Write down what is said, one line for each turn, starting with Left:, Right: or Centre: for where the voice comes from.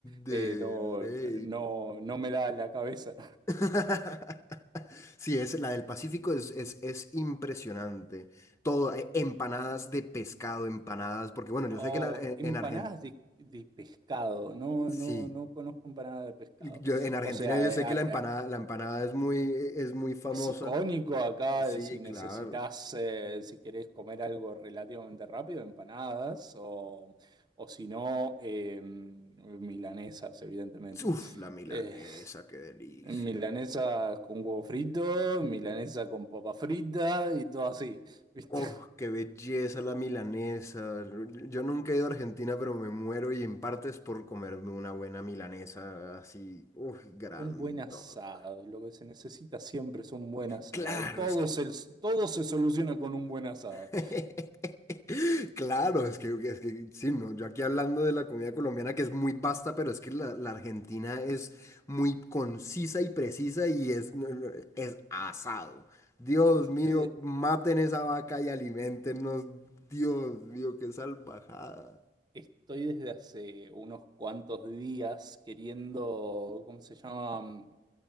Left: De
Right: Eh, no,
Left: ley.
Right: no, no me da la cabeza.
Left: <laughs> Sí, es, la del Pacífico es, es, es impresionante. Todo, eh, empanadas de pescado, empanadas, porque bueno, yo
Right: Oh,
Left: sé que en, Ar-
Right: empanadas
Left: en, Argentina,
Right: de, de pescado, no,
Left: sí,
Right: no, no conozco empanadas de pescado.
Left: yo, en Argentina
Right: O sea,
Left: yo sé que la empanada, la empanada es muy, eh, es muy famosa.
Right: Es icónico acá,
Left: Sí,
Right: de si
Left: claro.
Right: necesitas, eh, si querés comer algo relativamente rápido, empanadas o, o si no, eh, milanesas, evidentemente.
Left: Uf, la milanesa,
Right: Eh,
Left: qué delicia.
Right: milanesas con huevo frito, milanesa con papa frita y todo así, ¿viste?
Left: Oh, qué belleza la milanesa. Yo nunca he ido a Argentina, pero me muero y en parte es por comerme una buena milanesa así, uf, grandota.
Right: Un buen asado, lo que se necesita siempre es un buen asado.
Left: Claro,
Right: Todo
Left: es que
Right: se, todo se soluciona con un buen asado.
Left: <laughs> Claro, es que, es que sí, no, yo aquí hablando de la comida colombiana que es muy vasta, pero es que la, la Argentina es muy concisa y precisa y es, no, no, es asado. Dios
Right: Yo
Left: mío,
Right: estoy de-
Left: maten esa vaca y aliméntenos. Dios mío, qué salvajada.
Right: Estoy desde hace unos cuantos días queriendo, ¿cómo se llama? Mm,